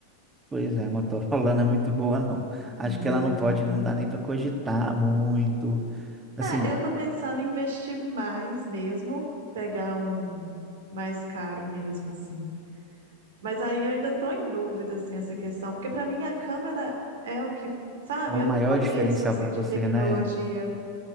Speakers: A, on the right; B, on the right.
A: Pois é, a Motorola <laughs> não é muito boa, não. Acho
B: Ele
A: que
B: era
A: ela não pode,
B: bem.
A: não dá nem para cogitar muito. Assim,
B: É, eu tô pensando em investir mais mesmo, pegar um mais caro mesmo, assim. Mas aí eu ainda tô em dúvida, assim, essa questão, porque pra mim a câmera é o que, sabe,
A: é o
B: eu
A: maior
B: não conheço,
A: diferencial
B: assim,
A: para você,
B: de tecnologia.
A: né?